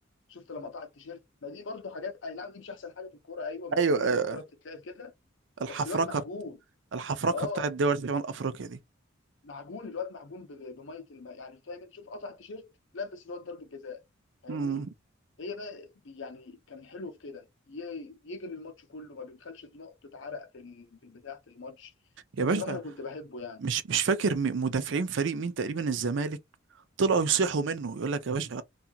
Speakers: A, on the left (about 65°); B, on the right (about 65°).
A: شفت لما قطع التيشيرت ما دي برضو حاجات اي نعم دي مش احسن حاجه في الكوره ايوه مش
B: ايوه
A: بنقول
B: آه،
A: ان الكوره بتتلعب كده
B: الحفركه
A: بس الواد معجون
B: بت- الحفركه
A: اه
B: بتاعت دول شمال افريقيا دي
A: معجون الواد معجون ب- ب- بميه الماء يعني فاهم انت شوف قطع تيشيرت لبس الواد ضربه جزاء فاهمني
B: مم.
A: هي بقى بي- يعني كان حلو في كده ي- يجري الماتش كله ما بيبخلش بنقطه عرق في ال- في البتاع في الماتش
B: يا
A: فبصراحه
B: باشا
A: انا كنت بحبه يعني
B: مش مش فاكر م- مدافعين فريق مين تقريبا الزمالك طلعوا يصيحوا منه يقول لك يا باشا